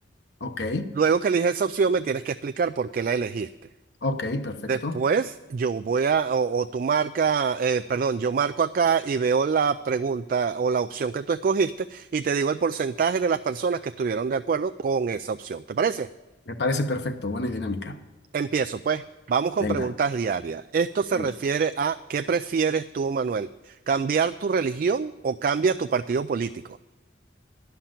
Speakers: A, on the left; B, on the right.
A: ok,
B: Luego que eliges esa opción, me tienes que explicar por qué la elegiste.
A: ok, perfecto.
B: Después, yo voy a, o, o tú marca, eh, perdón, yo marco acá y veo la pregunta o la opción que tú escogiste y te digo el porcentaje de las personas que estuvieron de acuerdo con esa opción. ¿Te parece?
A: Me parece perfecto. Buena dinámica.
B: Empiezo, pues. Vamos con
A: Venga,
B: preguntas diarias. Esto se
A: venga.
B: refiere a ¿qué prefieres tú, Manuel? ¿Cambiar tu religión o cambia tu partido político?